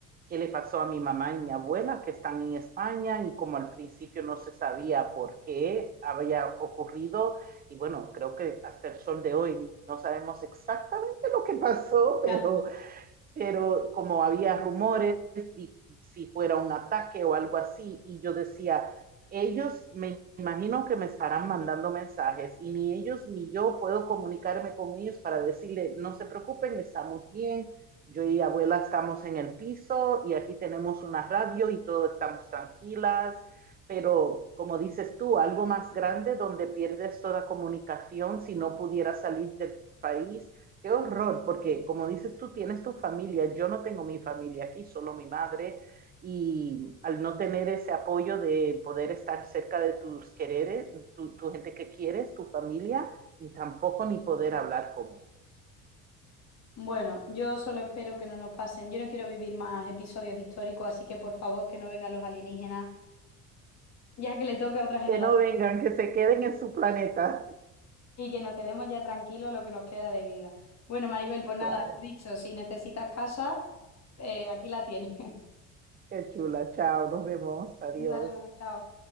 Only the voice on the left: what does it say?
Ya.
Bueno, yo solo espero que no nos pasen. Yo no quiero vivir más episodios históricos, así que por favor que no vengan los alienígenas, ya que le toque a otra generación
y que nos quedemos ya tranquilos lo que nos queda de vida. Bueno, Maribel, pues nada,
lo dicho, si necesitas casa, eh, aquí la tienes. <laughs>
Un saludo, chao.